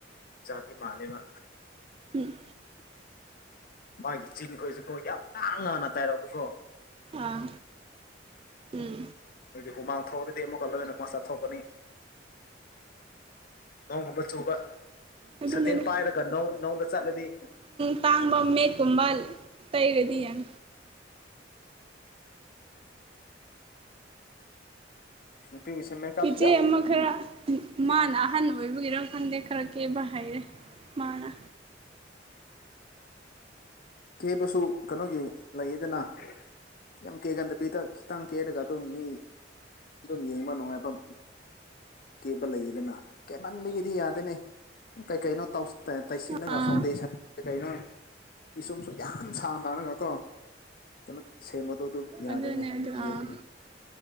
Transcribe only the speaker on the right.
ꯎꯝ
ꯑꯥ ꯎꯝ
ꯑꯗꯨꯅꯤꯗ
ꯑꯇꯥꯡꯕ ꯃꯦꯠꯀꯨꯝꯕ ꯇꯩꯔꯗꯤ ꯌꯥꯝ
ꯏꯆꯦ ꯑꯃ ꯈꯔ ꯃꯥꯅ ꯑꯍꯟ ꯑꯣꯏꯕꯒꯤꯔ ꯈꯪꯗꯦ ꯈꯔꯛ ꯀꯦꯕ ꯍꯥꯏꯔꯦ ꯃꯥꯅ
ꯑꯥ
ꯑꯗꯨꯅꯦ
ꯑꯗꯨ
ꯑꯥ